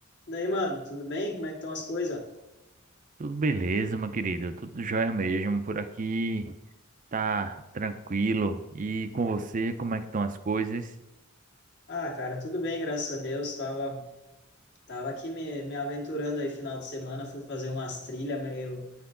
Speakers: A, on the left; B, on the right.
A: Daí, mano, tudo bem? Como é que estão as coisas?
B: Tudo beleza, meu querido. Tudo jóia mesmo. Por aqui tá tranquilo. E com você, como é que estão as coisas?
A: Ah, cara, tudo bem, graças a Deus. Tava, tava aqui me, me aventurando aí final de semana, fui fazer umas trilhas meio